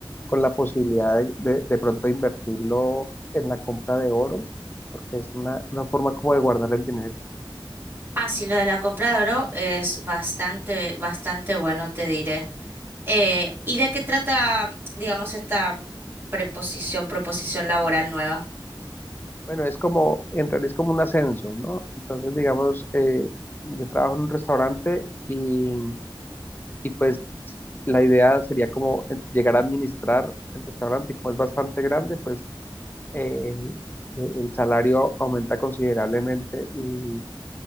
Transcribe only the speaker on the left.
con la posibilidad de, de, de pronto invertirlo en la compra de oro, porque es una, una forma como de guardar el dinero.
Bueno, es como, en realidad es como un ascenso, ¿no? Entonces, digamos, eh, yo trabajo en un restaurante y, y pues la idea sería como eh, llegar a administrar el restaurante y como es bastante grande, pues eh, eh, el salario aumenta considerablemente y